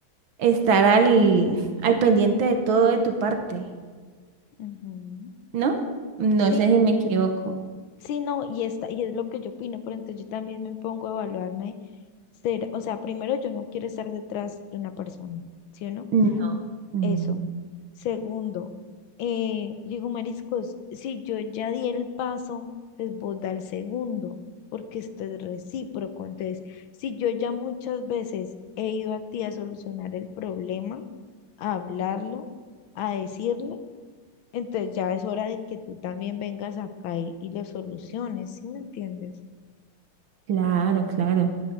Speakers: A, on the right (about 75°); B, on the left (about 75°).
A: estar al, al pendiente de todo de tu parte,
B: Ujú.
A: ¿no? No
B: Sí,
A: sé si me equivoco.
B: sí, no, y, esta, y es lo que yo opino, pero entonces yo también me pongo a evaluarme ser, o sea, primero yo no quiero estar detrás de una persona, ¿sí o no?
A: No, no.
B: Eso. Segundo, eh, yo digo, mariscos, si yo ya di el paso, pues vos da el segundo, porque esto es recíproco. Entonces, si yo ya muchas veces he ido a ti a solucionar el problema, a hablarlo, a decirlo, Entonces ya es hora de que tú también vengas acá y, y lo soluciones, ¿sí me entiendes?
A: Claro, claro.